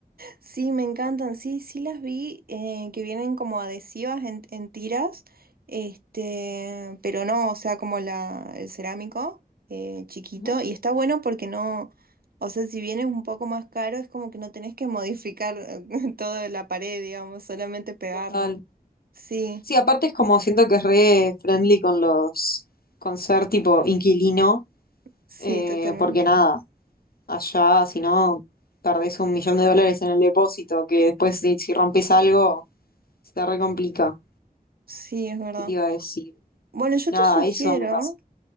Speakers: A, on the right; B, on the left.
A: Sí, me encantan, sí, sí las vi, eh, que vienen como adhesivas en, en tiras, este, pero no, o sea, como la, el cerámico eh, chiquito,
B: Ujú,
A: y está bueno porque no, o sea, si bien es un poco más caro, es como que no tenés que modificar eh, <laughs> toda la pared, digamos, solamente pegarlo.
B: Total.
A: Sí,
B: Sí, aparte es como siento que es re friendly con los, con ser tipo inquilino,
A: sí,
B: eh,
A: totalmente.
B: porque nada, allá si no perdés un millón de dólares en el depósito, que después si, si rompes algo se te re complica.
A: Sí, es verdad.
B: ¿Qué te iba a decir?
A: Bueno, yo
B: Nada,
A: te sugiero
B: eso me pasa.